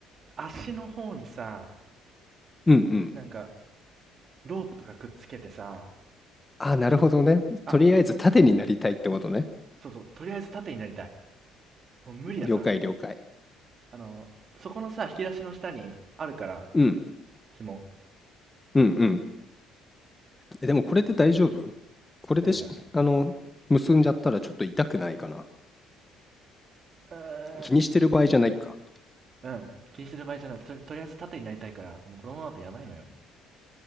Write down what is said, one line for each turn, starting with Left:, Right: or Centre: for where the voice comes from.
Right: 足の方にさ、
Left: うんうん。
Right: なんか、ロープとかくっつけてさ、
Left: あ、なるほどね。
Right: あ、
Left: とりあえず縦になりたいってことね。
Right: そうそう、とりあえず縦になりたい。もう無理だから。
Left: 了解了解。
Right: あの、そこのさ、引き出しの下にあるから、
Left: うん。
Right: 紐。
Left: うんうん。え、でもこれで大丈夫これでし、
Right: 何か
Left: あの、結んじゃったらちょっと痛くないかな。
Right: うん
Left: 気にしてる場合じゃないか。
Right: うん気にする場合じゃないととりあえず縦になりたいからもうこのままだとやばいのよ